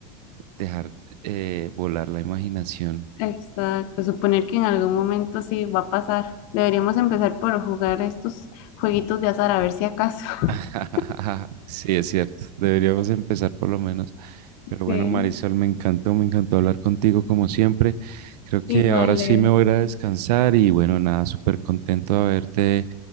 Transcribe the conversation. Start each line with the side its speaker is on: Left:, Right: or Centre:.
Right: dejar eh, volar la imaginación.
Left: Exacto, suponer que en algún momento sí va a pasar. Deberíamos empezar por jugar estos jueguitos de azar a ver si acaso. <laughs>
Right: <laughs> Sí, es cierto. Deberíamos empezar por lo menos. Pero
Left: Sí,
Right: bueno, Marisol, me encantó, me encantó hablar contigo como siempre. Creo que
Left: igual,
Right: ahora sí
Left: Leo.
Right: me voy a ir a descansar y bueno, nada, súper contento de haberte